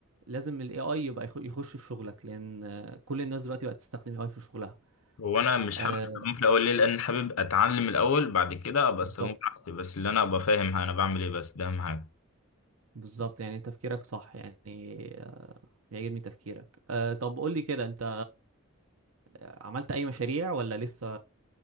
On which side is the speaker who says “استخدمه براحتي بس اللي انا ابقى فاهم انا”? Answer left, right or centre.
Left